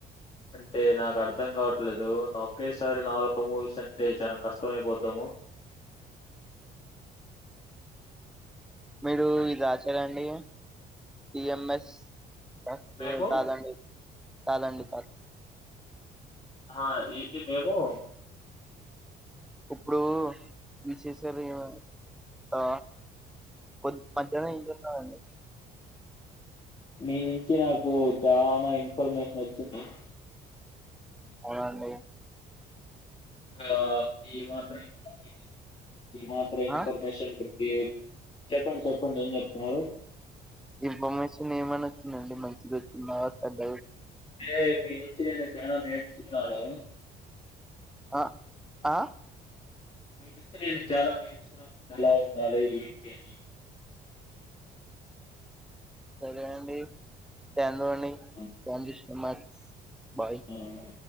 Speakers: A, on the left; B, in the centre.
A: అంటే నాకు అర్థం కావట్లేదు ఒకేసారి నాలుగు మూవీస్ అంటే చాన కష్టం అయిపోద్దెమో
B: మీరు ఇది రాశారండి ఇ ఎంఎస్ అ
A: మేము
B: ఏం కాదు అండి కాదండి కాద్
A: ఆహా ఏంది మేము
B: ఇప్పుడు విశేషాలేవు అండి ఆ కొద్ అంతేనా ఇంకేం కావాలి అండి
A: మీ నించి నాకు చనా ఇన్ఫర్మేషన్ వచ్చింది
B: అవునాండి
A: కా ఈ మాత్రం ఇన్ ఈ మాత్రం ఇన్ఫర్మేషన్
B: ఆ
A: ఈ చెప్పండి చెప్పండి ఏం చెప్తున్నారు
B: ఇన్ఫర్మేషన్ ఏమని వచ్చిందండి మంచిది వచ్చిందా చెడ్డ
A: అరే మీ నించి చానా నేర్చుకున్నాను
B: అ ఆ
A: మీ నించి నేను చాలా నేర్చుకున్నా ఎలా ఉండాలి ఏంటి అని
B: సరే అ నీ ఎన్ రోల్ని
A: ఆ,
B: ఎన్ జిస్స్ న్నారు బాయ్
A: ఆ, ఆ.